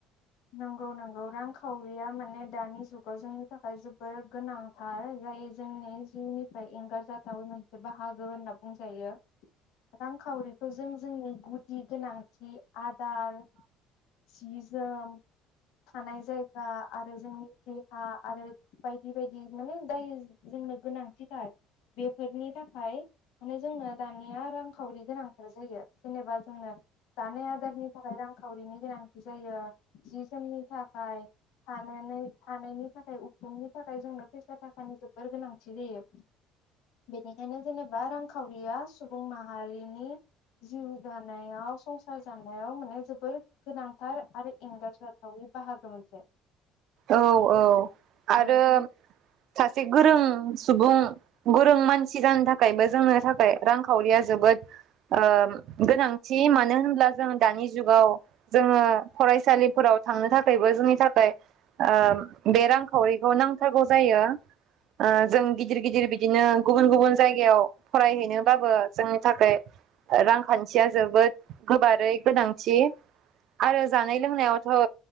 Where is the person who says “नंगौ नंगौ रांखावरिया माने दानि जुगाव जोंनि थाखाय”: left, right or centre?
Left